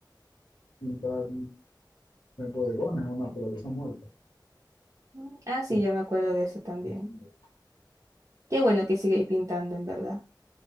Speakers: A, on the left (about 65°); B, on the right (about 40°).
A: pintar en bodegones o naturaleza muerta.
B: Mm, Ah, sí,
A: Eh,
B: ya me acuerdo de eso también.
A: eso me gusta.
B: Qué bueno que sigáis pintando, en verdad.